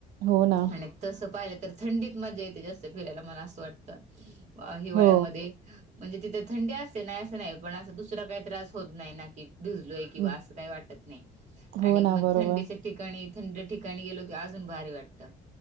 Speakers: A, on the right; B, on the right.
A: हो ना
B: आणि तसं पाहिलं तर थंडीत मजा येते जास्त फिरायला मला असं वाटतं हिवाळ्यामध्ये
A: हो.
B: म्हणजे तिथे थंडी असते नाही असं नाही पण असं दुसरा काही त्रास होत नाही ना की भिजलोय ं
A: हं.
B: अस काही वाटत नाही
A: हो
B: आणि
A: ना
B: म
A: बरोबर.
B: थं ठिकाणी थंड ठिकाणी गेलो की अजून भारी वाटतं